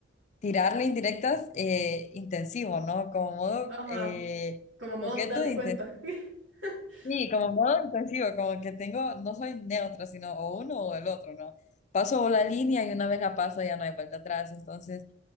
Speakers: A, on the left; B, on the right.
A: tirarle indirectas eh, intensivo, ¿no? Como modo
B: Ajá.
A: eh,
B: Como modo,
A: coqueto
B: date
A: e
B: cuenta.
A: intensivo.
B: <laughs>
A: Sí, como modo intensivo, como que tengo, no soy neutra, sino o uno o el otro, ¿no? Paso la línea y una vez la paso ya no hay vuelta atrás, entonces...